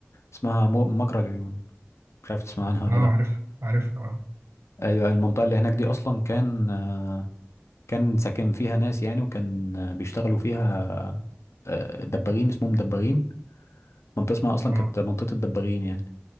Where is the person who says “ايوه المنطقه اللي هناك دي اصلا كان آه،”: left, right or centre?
Left